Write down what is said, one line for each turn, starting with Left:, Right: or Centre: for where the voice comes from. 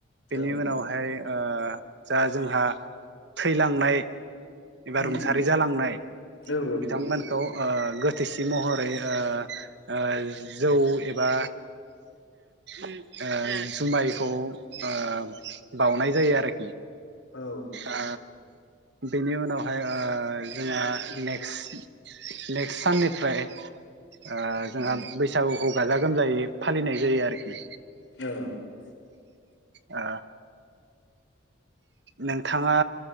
Right: बेनि
Left: औ
Right: उनावहाय ओह जा जोंहा थैलांनाय एबा
Left: उम
Right: रुंसारि जालांनाय
Left: औ
Right: बिथांमोनखौ ओह गोथैसि महरै ओह-ओह जौ एबा ओह जुमायखौ ओह बावनाय जायो आरोखि
Left: औ
Right: ओ बेनि उनावहाय ओह जोंहा नेक्सट-नेक्सट साननिफ्राय ओह
Left: उम
Right: जोंहा बैसागुखौ गाजा गोमजायै फालिनाय जायो आरोखि
Left: औ
Right: ओ नोंथाङा